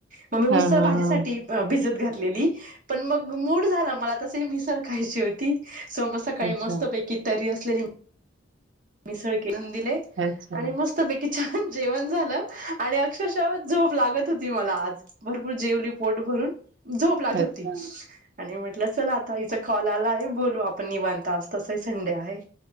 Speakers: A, on the right; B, on the right.
A: ममी
B: हा
A: उसळ
B: हा
A: भाजीच
B: हा
A: साठी ब भिजत घातलेली पण मग मूड झाला मला तसंही मिसळ खायची होती. सोम सकाळी
B: अच्छा
A: मस्त पैकी तर्री असलेली मिसळ के <unintelligible> दिले
B: अच्छा
A: आणि मस्त पैकी छान जेवण झालं आणि अक्ष क्षरशा म झोप लागत होती मला आज भरपूर जेवली पोट भरून. झोपलात
B: अच्छा
A: होती
B: अच्छा
A: आणि म्हं टल चला आता हिचा कॉल आलाय बोलू आपण निवांत आज तसही संडे आहे.